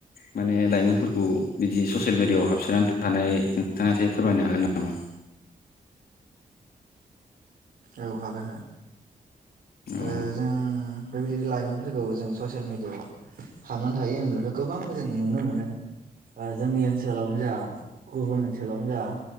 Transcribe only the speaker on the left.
माने लाइमोनफोरखौ बिदि ससियेल मेडियाआव हाबसोनानै थानाय नोंथाङास फोरमायनो हागोन नामा
औ